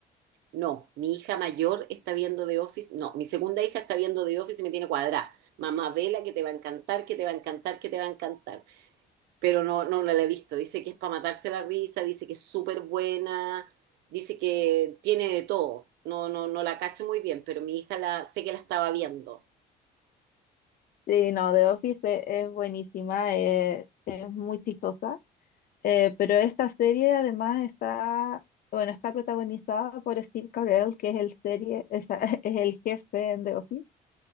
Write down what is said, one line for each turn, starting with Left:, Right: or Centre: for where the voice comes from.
Right: No, mi hija mayor está viendo The Office, no, mi segunda hija está viendo The Office y me tiene cuadrada. Mamá, vela que te va a encantar, que te va a encantar, que te va a encantar. pero no, no no la he visto. Dice que es para matarse la risa, dice que es súper buena, dice que tiene de todo. No, no, no la cacho muy bien, pero mi hija la, sé que la estaba viendo.
Left: Sí, no, The Office e- es, buenísima, eh, es, muy chistosa, eh, pero esta serie además está, bueno, está protagonizada por Steve Carell, que es el serie, es, <laughs> es el jefe en The Office,